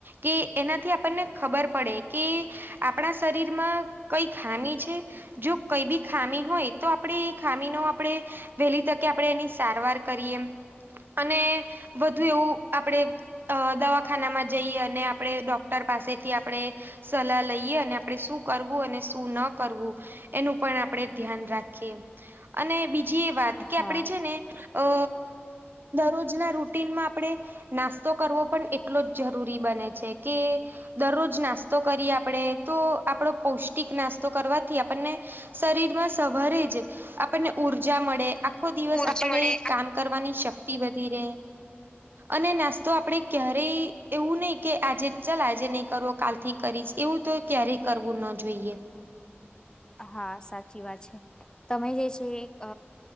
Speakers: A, on the right; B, on the left.
A: કે એનાથી આપણને ખબર પડે કે આપણા શરીરમાં કઈ ખામી છે જો કઈ બી ખામી હોય તો આપણે એ ખામી નો આપડે વહેલી તકે આપણે એની સારવાર કરીએ અને વધુ એવું આપડે અ દવાખાનામાં જઈએ અને આપણે ડોક્ટર પાસેથી આપણે સલાહ લઈએ અને આપણે શું અને શું ન કરવું એનું પણ આપણે ધ્યાન રાખીએ અને બીજી એ વાત કે
B: હા
A: આપણેે છે ને અ દરરોજના રૂટીનમાં આપણે નાસ્તો નાસ્તો કરવો પણ એટલો જ જરૂરી બને છે કે દરરોજ નાસ્તો કરીએ આપણેે તો આપડો પૌષ્ટિક નાસ્તો તો કરવાથી આપણને શરીર સવારે જ આપણને ઉર્જા મળે આખો દિવસ
B: ઉર્જા
A: આપણને
B: મળે
A: કામ કરવાની શક્તિ વધી રહે અને નાસ્તો તો આપડે ક્યારેય એવું નહી કે આજે ચાલ આજે નહી કરવું કાલથી કરીશ તો એવું તો ક્યારેય કરવું ન જોઈએ
B: હા સાચી વાત છે તમે જે છે એક